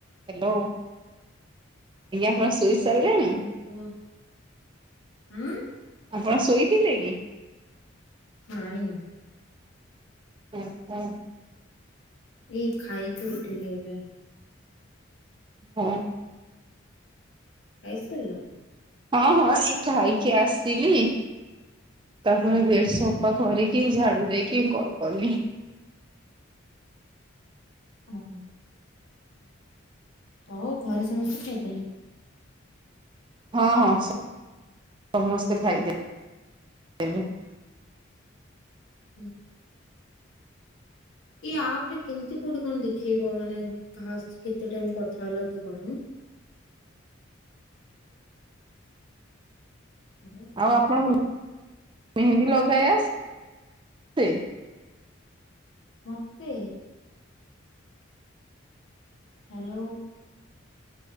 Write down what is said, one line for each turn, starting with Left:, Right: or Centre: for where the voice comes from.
Right: Hello ଆପଣ ଶୋଇ ଚାସାରିଲେଣି?
Left: ହୁଁ ଉଁ?
Right: ଆପଣ ଶୋଇଥିଲେ କି?
Left: ନାଇ ନାଇ।
Right: ଆଉ କଣ।
Left: ଏଇ ଖାଇକି ଉଠିଲି ଏବେ।
Right: ଓ ହ।
Left: ଖାଇସାରିଲ।
Right: ହଁ ହଁ ଏଇ ଖାଇକି ଆସିଲି। ତାପରେ ବେଡ ସଫା କରିକି ଝାଡୁ ଦେଇକି କଲ କଲିି।
Left: ଓ ହୋ ଆଉ ଘରେ ସମସ୍ତେ ଖାଇଦେଲେ?
Right: ହଁ ହଁ ସମସ୍ତେ ଖାଇଦେ ଲେ
Left: ହୁଁ। ଏଇ ଆପ ରେ କେମିତି କୋଉଠି କଣ ଦେଖେଇବ ମାନେ କାହା କେତେ ଟାଇମ କଥା ହେଲା କି କଣ? ହବ
Right: ଆଉ ଆପଣ ମେହେନ୍ଦୀ ଲଗାଇ ଆସେ?
Left: ମତେ। ହାଲୋ।